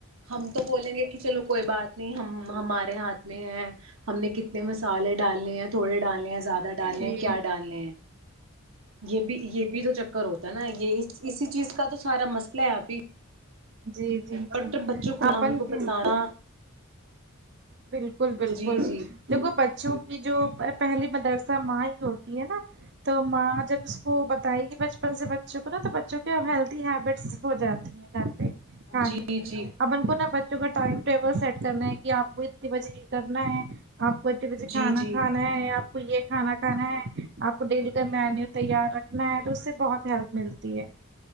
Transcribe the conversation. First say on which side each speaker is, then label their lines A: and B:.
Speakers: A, on the right; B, on the right.
A: ہم تو بولیں گے کہ چلو کوئی بات ہم ہمارے ہاتھ میں ہیں ہم نے کتنے مسالے ڈالنے ہیں تھوڑے ڈالنے ہیں زیادہ ڈالنے
B: جی
A: ہیں کیا ڈالنے ہیں یہ بھی یہ بھی تو چ کر ہوتا نا یہ اسی چیز کا تو سارا مسئلہ ہے آپی
B: جی جی
A: اورٹر
B: جی
A: بچوں کو
B: اپن
A: ان کو بتانا
B: بالکل بالکل
A: جی جی
B: دیکھو بچوں کی جو پہلی مدرسہ ماں ہی ہوتی ہے نا تو ماں جب اس کو بتائے گی بچپن سے بچوں کو نا تو بچوں کے ہیلدی ہیبٹس ہو جاتی ہیں گھر پہ کھانے
A: جی
B: کی
A: جی
B: اپن کو نا بچوں کا ٹائم ٹیبل سیٹ کرنا ہے کہ آپ کو اتنی بجے یہ کرنا ہے آپ کو اتنے بجے کھانا
A: جی جی
B: کھانا ہے آپ کو یہ کھانا کھانا ہے آپ کو ڈیلی کا مینیو تیار رکھنا ہے تو اس سے بہت ہیلپ ملتی ہے